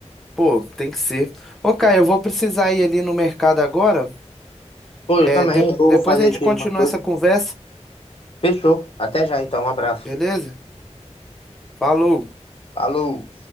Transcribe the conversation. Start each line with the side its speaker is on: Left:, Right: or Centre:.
Centre: Pô, tem que ser. Ô, Caio, eu vou precisar ir ali no mercado agora.
Left: Pô,
Centre: É,
Left: eu também
Centre: de-
Left: vou
Centre: depois
Left: fazer
Centre: a gente
Left: aqui
Centre: continua
Left: uma coisa.
Centre: essa conversa,
Left: Fechou. Até já então. Um abraço.
Centre: beleza? Falou.
Left: Falou.